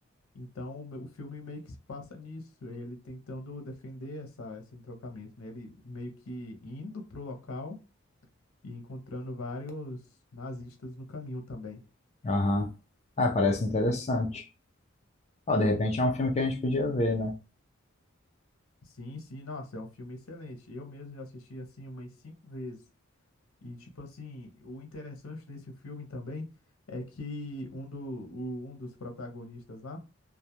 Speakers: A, on the left; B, on the left.
A: Então o, me- o filme meio que se passa nisso, ele tentando defender essa esse entroncamento, né? Ele meio que indo pro local e encontrando vários nazistas no caminho também.
B: aham. Ah, parece interessante. Ó, de repente é um filme que a gente podia ver, né?
A: Sim, sim, nossa, é um filme excelente. Eu mesmo já assisti assim umas cinco vezes. E tipo assim, o interessante desse filme também é que um, do, o- um dos protagonistas lá,